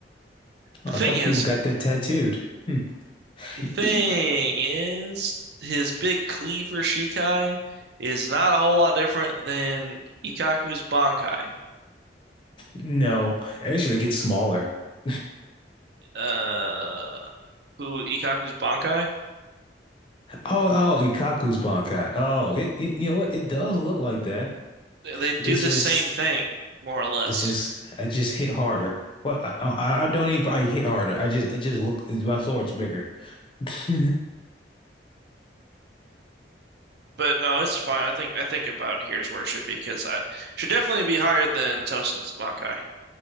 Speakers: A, on the left; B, on the right.
A: A
B: The thing
A: couple
B: is,
A: people got that tattooed. Hmm.
B: the
A: He,
B: thing
A: he
B: is, his big cleaver Shikai is not a whole lot different than Ikkaku's Bankai.
A: No, actually, it gets smaller. <laughs>
B: Uh, who Ikkaku's Bankai?
A: Oh, oh, Ikkaku's Bankai. Oh, it, it, you know what? It does look like that.
B: They do
A: It's
B: the
A: just,
B: same thing, more or less.
A: it's just, I just hit harder. Well, I, I I don't even probably hit harder. I just, it just look, my sword's bigger. <laughs>
B: But no, it's fine. I think I think about here's where it should be because I should definitely be higher than Tosen's Bankai.